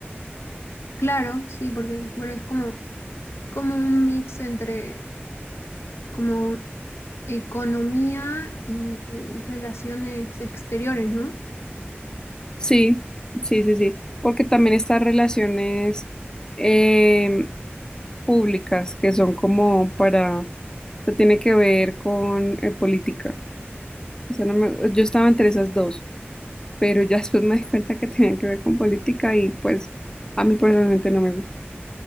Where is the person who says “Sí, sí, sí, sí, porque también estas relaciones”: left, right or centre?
Left